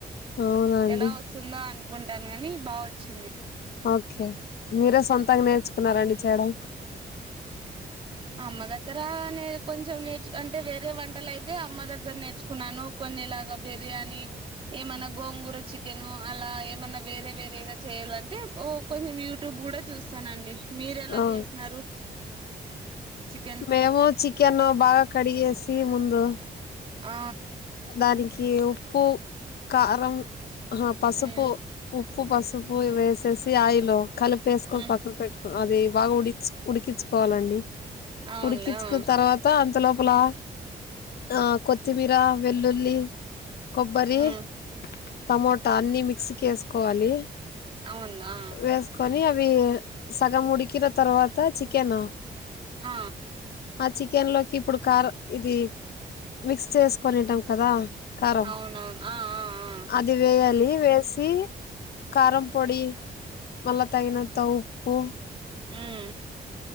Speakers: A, on the left (about 70°); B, on the right (about 35°).
A: అవునండి
B: ఎలా వస్తుందా? అ కుంటాను గానీ, బావోచ్చింది.
A: ఓకే, మీరే సొంతంగా నేర్చుకున్నారండి చేయడం?
B: అమ్మ దగ్గర నే కొంచెం నేర్చు అంటే వేరే వంటలైతే అమ్మ దగ్గర నేర్చుకున్నాను. కొన్నిలాగా బిర్యానీ ఏమన్నా, గోంగూర చికెన్ అలా ఏమన్నా వేరే వేరేగా చేయాలంటే కొంచెం యూట్యూబ్ కూడా చూస్తనండి. మీరెలా
A: ఆ
B: చేసినారు? చికెన్
A: మేము చికెన్ బాగా కడిగేసి, ముందు పో
B: ఆ
A: దాదాగ్ ఈ ఉప్పు, కారం ఆహా, పసుపు,
B: ఉమ్
A: ఉప్పు పసుపు, ఇవేసి శశి ఆయిలు. కలిపేసుకొని
B: ఉమ్
A: పక్కక్ పెట్టుకున్, అది బాగా ఉడిచి ఉడికించుకోవాలండి.
B: అవునులే
A: ఉడికించుకున్
B: ఆ
A: తర్వాత, అంతలోప్ పూలా ఆ కొత్తిమీరా. వెల్లుల్లి, కొబ్బరి,
B: ఉమ్
A: టమోటా అన్ని మిక్స్ కేసుకోవాలి.
B: అవును ఆ
A: వేసుకొని అవి అవి సగం ఉడికిన తర్వాత, చికెన్‌ను.
B: ఆ
A: ఆ చికెన్ లోకి ఇప్పుడు కారం, ఇది మిక్స్ చేసు కొని ఉంటాం కదా. కారం
B: అవునవును, ఆ.. ఆ... ఆ..
A: అది వేయాలి వేసి, కారం పొడి, మళ్లా తగినంత ఉప్పు.
B: హుమ్